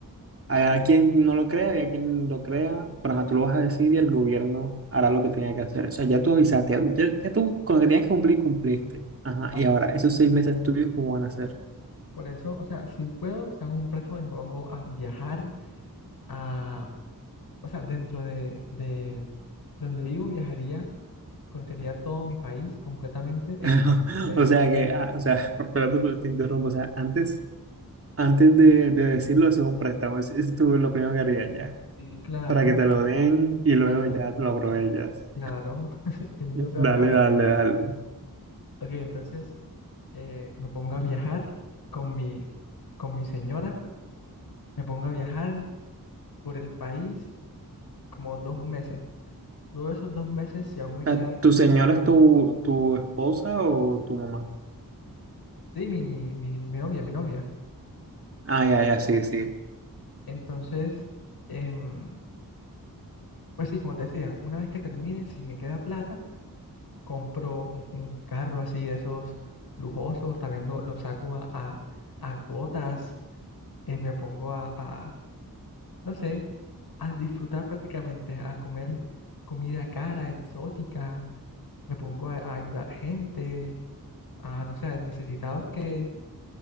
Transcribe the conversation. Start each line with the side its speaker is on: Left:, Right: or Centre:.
Right: Hay quien no lo crea y a quien lo crea, pero ajá, tú lo vas a decir y el gobierno hará lo que tenga que hacer. O sea, ya tú avisaste, ya, ya- ya tú con lo que tenías que cumplir, cumpliste. Ajá,
Left: Ajá.
Right: y ahora, esos seis meses tuyos, ¿cómo van a ser?
Left: Por eso, o sea, si puedo, hago un préstamo y me pongo a viajar a, o sea, dentro de, de donde vivo, viajaría, conocería todo mi país completamente
Right: <laughs>
Left: en, en- en-
Right: O sea, que, ah, o sea, <laughs> perdón, pero te interrumpo. O sea, antes, antes de, de decirlo, es un préstamo. Es- es tú lo primero que harías ya,
Left: sí, claro,
Right: para que te lo den y luego
Left: ah,
Right: ya lo aprovechas.
Left: claro, <laughs> el mundo
Right: <laughs> Dale,
Left: se va a acabar.
Right: dale, dale.
Left: Ok, entonces eh, me pongo a viajar con mi, con mi señora, me pongo a viajar por el país como dos meses. Luego de esos dos meses, si aún me
Right: sea,
Left: queda algo
Right: ¿Tu señora es tu, tu esposa o tu mamá?
Left: Sí, mi, mi, mi, mi novia, mi novia.
Right: Ah, ya, ya, sí, sí.
Left: Entonces, em, pues sí, como te decía, una vez que termine, si me queda plata, compro un, un carro así de esos lujosos, también lo, lo saco a, a, a cuotas, eh, me pongo a, a, no sé, a disfrutar prácticamente, a comer comida cara, exótica, me pongo a, a ayudar gente, a, no sé, a necesitados que,